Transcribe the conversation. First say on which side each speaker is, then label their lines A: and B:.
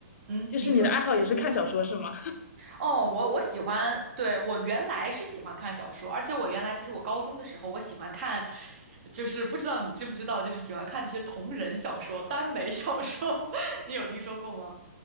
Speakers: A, on the right; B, on the left.
A: 嗯，
B: 就是你的爱好也是看小说是吗？
A: 您说。哦，我我喜欢，对，我原来是喜欢看小说，而且我原来其实我高中的时候我喜欢看，就是不知道你知不知道，就是喜欢看那些同人小说、耽美小说，<laughs> 你有听说过吗？